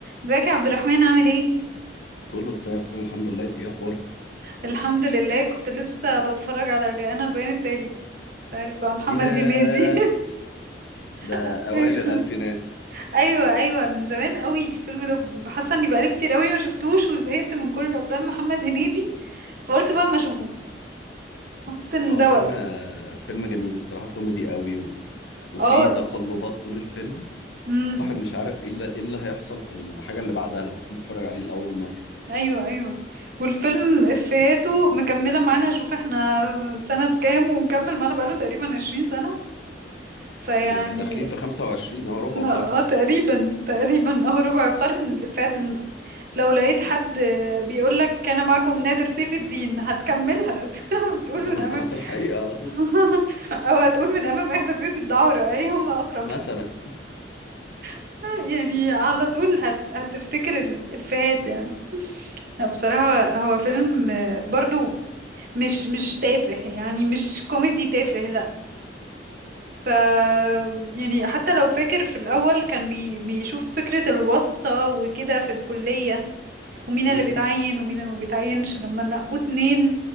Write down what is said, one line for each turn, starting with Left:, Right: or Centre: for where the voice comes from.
Right: ازيك يا عبد الرحمن عامل ايه؟
Left: كله تمام الحمد لله انت ايه اخبارك
Right: الحمد لله كنت لسه بتفرج على جاءنا البيان التالي انت عارف بقى محمد
Left: ياه
Right: هنيدي
Left: ده
Right: <laughs>
Left: اوائل
Right: ايوه
Left: الالفينات
Right: ايوه ايوه من زمان قوي الفيلم ده حاسه اني بقالي كتير قوي ما شفتوش وزهقت من كل افلام محمد هنيدي فقلت بقى اما اشوفه حسيت ان
Left: لا هو
Right: ده
Left: فيلم
Right: وقته
Left: فيلم جميل الصراحه كوميدي قوي و... وفي
Right: اه
Left: تقلبات طول الفيلم
Right: امم
Left: واحد مش عارف ايه اللي, ايه اللي هيحصل في الحاجه اللي بعدها لما تكون بتتفرج عليه لاول مره
Right: ايوه ايوه والفيلم افهاته مكمله معانا شوف احنا سنه كام ومكمل معانا بقاله تقريبا 20 سنه فيعني
Left: آه، داخلين في 25 اهو ربع قرن
Right: اه تقريبا تقريبا اه ربع قرن اللي فات لو لقيت حد بيقولك كان معكم نادر سيف الدين هتكملها <laughs> بتقول
Left: يقول له
Right: من
Left: من
Right: أمام
Left: قناه الحقيقه على طول
Right: <laughs> أو هتقول من أمام إحدى بيوت الدعارة أيهما أقرب
Left: مثلا
Right: <laughs> يعني على طول هت... هتفتكر الإفيهات يعني لا، بصراحة هو فيلم آه، برضو مش مش تافه يعني مش كوميدي تافه لا آه، يعني حتى لو فاكر في الأول كان بي بيشوف فكرة الواسطة وكده في الكلية ومين اللي
Left: امم
Right: بيتعين ومين اللي ما بيتعينش لما نقوا اتنين